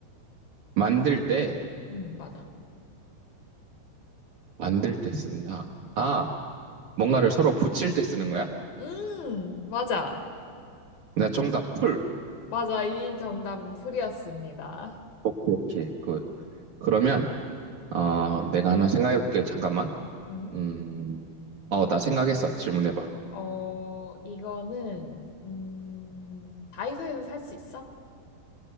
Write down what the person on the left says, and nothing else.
응, 맞아.
음, 맞아.
맞아, 이 정답은 풀이었습니다.
음,
어, 이거는, 음, 다이소에서 살 수 있어?